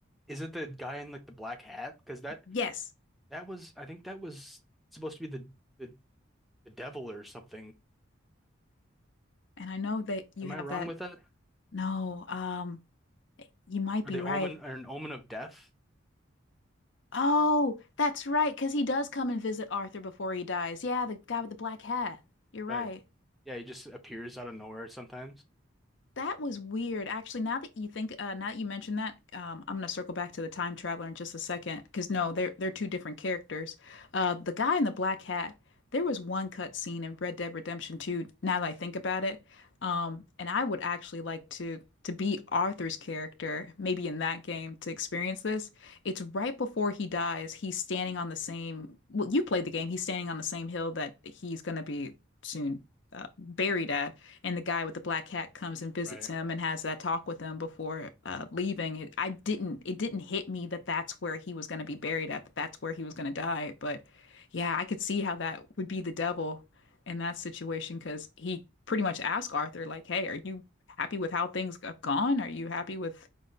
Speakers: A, in the centre; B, on the left.
A: is it the guy in like the black hat? Because that
B: Yes.
A: that was, I think that was supposed to be the the the devil or something.
B: And I know that you
A: Am
B: have
A: I wrong
B: that.
A: with that?
B: No, um, you might
A: Or
B: be
A: the
B: right.
A: omen or an omen of death.
B: Oh, that's right, because he does come and visit Arthur before he dies. Yeah, the guy with the black hat. You're right.
A: Right. Yeah, he just appears out of nowhere sometimes.
B: That was weird. Actually, now that you think, uh, now that you mention that, um, I'm gonna circle back to the time traveler in just a second, because no, they're they're two different characters. Uh, the guy in the black hat, there was one cut scene in Red Dead Redemption 2, now that I think about it. Um, and I would actually like to to be Arthur's character, maybe in that game, to experience this. It's right before he dies. He's standing on the same, well, you played the game. He's standing on the same hill that he's gonna be soon uh, buried at and the guy with the black hat comes and visits
A: Right.
B: him and has that talk with him before uh, leaving. It, I didn't it didn't hit me that that's where he was going to be buried at, that that's where he was going to die. But yeah, I could see how that would be the devil in that situation because he pretty much asked Arthur like, "Hey, are you happy with how things have gone? Are you happy with